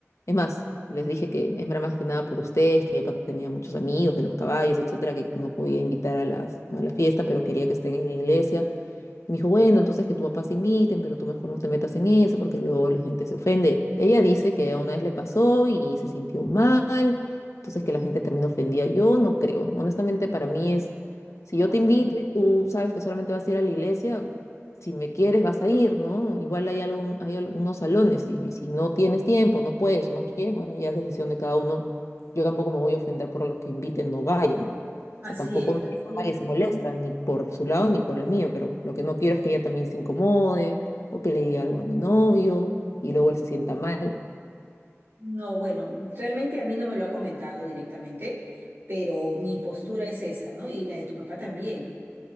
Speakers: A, on the left; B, on the right.
A: Es más, les dije que era más que nada por ustedes, que ya tenía muchos amigos de los caballos, etcétera, que no podía invitar a las- a la fiesta, pero quería que estén en la iglesia. Y me dijo, bueno, entonces que tu papá se inviten, pero tú mejor no te metas en eso porque luego la gente se ofende. Ella dice que una vez le pasó y se sintió mal, entonces que la gente terminó ofendida. Yo no creo. Honestamente, para mí es, si
B: No.
A: yo te invito y tú sabes que solamente vas a ir a la iglesia, si me quieres vas a ir, ¿no? Igual hay, algún, hay algunos salones y, y si no tienes tiempo, no puedes o no quieres, bueno, ya es decisión de cada uno. Yo tampoco me voy a ofender por los que inviten, no vayan.
B: Así
A: O sea, tampoco
B: es,
A: no
B: así
A: digo, nadie
B: es.
A: se molesta, ni por su lado ni por el mío, pero lo que no quiero es que ella también se incomode o que le diga algo a mi novio y luego él se sienta mal.
B: No, bueno, realmente a mí no me lo ha comentado directamente, pero mi postura es esa, ¿no? Y la de tu papá también.